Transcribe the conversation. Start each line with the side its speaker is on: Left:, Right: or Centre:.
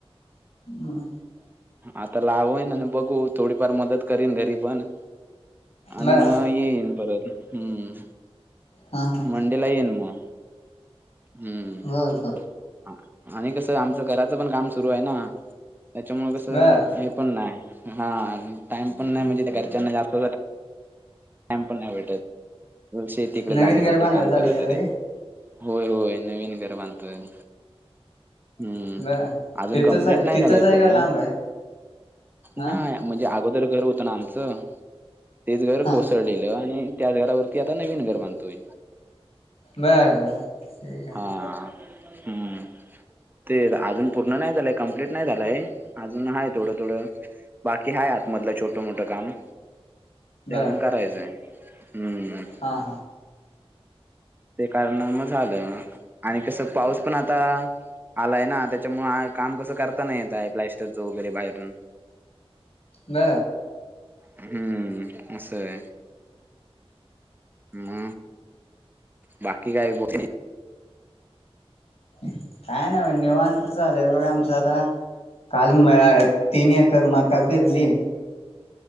Left: हम
Right: आता लावईन आणि बघू थोडीफार मदत करीन घरी पण आणि
Left: बर
Right: मग येईन परत हम
Left: हा हा
Right: मंडे ला येईन मग. हम्म
Left: बर बर
Right: आणि कसं आमचं घराचं पण काम सुरू आहे ना. त्याच्यामुळे कस
Left: बर
Right: हे पण नाही हा टाइम पण नाही म्हणजे घरच्यांना जास्त टाईम पण नाही भेटत शेतीकडे
Left: नवीन
Right: जाण्यासाठी
Left: घर बांधायला
Right: काम
Left: चालू
Right: करायला
Left: केलंय
Right: ते
Left: व्हय
Right: होय होय नवीन घर बांधतोय. हम्म
Left: बर
Right: अजून
Left: तिथंच
Right: कमप्लीट
Left: आहे
Right: नाही
Left: तिथंच
Right: झालाय
Left: आहे
Right: पूर्ण
Left: का लांब आहे हा
Right: नाही म्हणजे अगोदर घर होत ना आमचं ते
Left: हा
Right: कोसळलेलं आणि त्याच घरावरती आता नवीन घर बांधतोय.
Left: बर बर. ठीक आहे
Right: हा हम्म! ते अजून पूर्ण नाही झालंय कमप्लीट नाही झालंय अजून हाय थोडं थोडं. बाकी हाय आतमधलं छोटं मोठ काम. ते
Left: बर
Right: अजून करायचंय. हम्म!
Left: हा हा
Right: ते कारणामूळ झालं. आणि कसं पाऊस पण आता आलाय ना त्याच्यामुळ काम कसं करता नाही येत आहे प्लॅस्टरचं वगैरे बाहेरून. <inaudible>
Left: ब.
Right: हम्म असंय. मग बाकी काय ब
Left: काय नाही बघा निवांत चालु बघ आमच आता काल म तीन एकर मका पेरली.